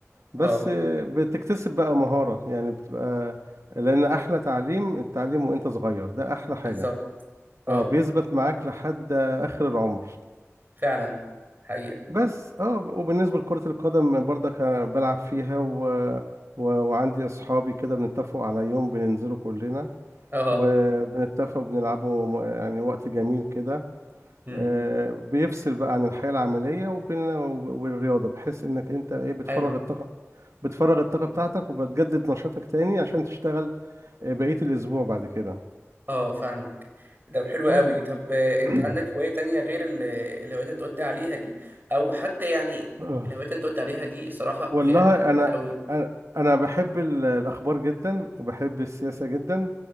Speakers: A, on the right (about 75°); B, on the right (about 40°).
A: بس
B: اه
A: آه، بتكتسب بقى مهارة يعني بتبقى لان احلى تعليم التعليم وانت صغير ده احلى حاجة
B: بالظبط اه
A: اه بيثبت معاك لحد اخر العمر
B: فعلا حقيقه
A: بس اه وبالنسبه لكره القدم برضك أنا بلعب فيها و... و... وعندي اصحابي كده بنتفق على يوم بننزله كلنا
B: اه
A: وبنتفق وبنلعبه م- يعني وقت جميل كده
B: امم
A: آه، بيفصل بقى عن الحياه العمليه وبين والرياضه بحيث انك انت ايه بتفرغ
B: حلو
A: الطاقه بتفرغ الطاقه
B: مم.
A: بتاعتك وبتجدد نشاطك تاني عشان تشتغل آه، بقيه الاسبوع بعد كده
B: اه فاهمك ده حلو
A: اه
B: قوي طب آه، انت
A: <clears throat>
B: عندك هوايه تانية غير ال- الهوايات اللي انت قلت عليها دي او حتى يعني
A: آه.
B: الهوايات اللي انت قلت عليها دي الصراحه
A: والله
B: هي لذيذه
A: انا
B: قوي
A: انا أنا بحب ال- الاخبار جدا وبحب السياسه جدا